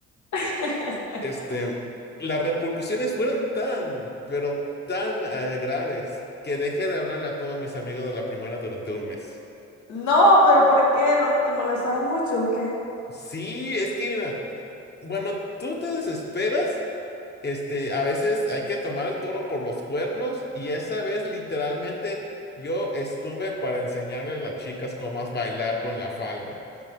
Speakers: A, on the left; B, on the left.
A: <laughs>
B: Este, las repercusiones fueron tan, pero tan eh, graves que dejé de hablarle a todos mis amigos de la primaria durante un mes.
A: No, pero ¿por qué? ¿Lo- ¿Te molestaban mucho o qué?
B: Sí, es que, mira, bueno, tú te desesperas Este, a veces hay que tomar el toro por los cuernos y esa vez literalmente yo estuve para enseñarle a las chicas cómo as- bailar con la falda.